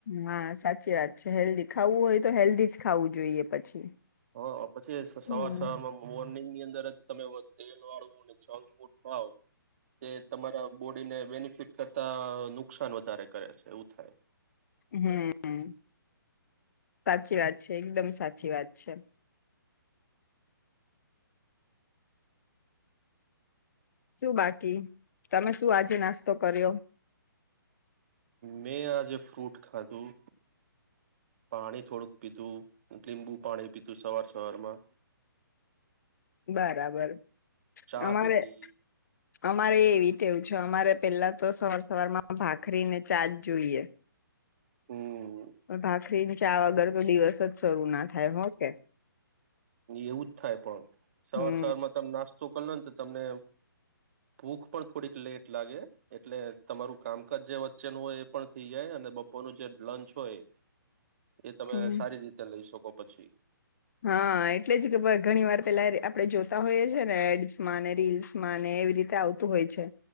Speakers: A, on the left; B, on the right.
A: હા સાચી છે હેલ્ધી ખાવું હોય તો હેલ્ધી જ ખાવું જોઈએ પછી.
B: હો પછી
A: હમ
B: સવાર સવારમાં મોર્નિંગ ની અંદર જ તમે તેલ વાળવું ને જંગ ફૂડ ખાઓ તે તમારા બોડીને બેનિફિટ કરતા નુકસાન વધારે કરે છે એવું થાય.
A: હમ્મ સાચી વાત છે એકદમ સાચી વાત છે. શું બાકી તમે શું આજે નાસ્તો કર્યો?
B: મેં આજે ફ્રૂટ ખાધું પાણી થોડુંક પીધું લીંબુ પાણી પીધુ સવાર સવારમાં
A: બરાબર
B: ચા
A: અમારે
B: પીધી
A: અમારે એવી ટેવ છે અમારે પેલા તો સવાર સવારમાં ભાખરી ને ચાજ જોઈએ.
B: હમ
A: ભાખરી ની ચા વગર તો દિવસ જ શરૂ ના થાય હોકે.
B: એવું જ થાય પણ સવાર
A: હમ
B: સવારમાં તમે નાસ્તો કરલો ને તમને ભૂખ પણ થોડીક લેટ લાગે એટલે તમારું કામકાજ જે વચ્ચેનું હોય એ પણ થઈ જાય અને બપોરનું જે લંચ હોય એ તમે
A: હમ
B: સારી રીતે લઈ શકો. પછી
A: હા એટલે જ કે ઘણી વાર પેલા આપણે જોતા હોઈએ છે ને એડ્સમાં ને રીલ્સમાં ને એવી રીતે આવતું હોય છે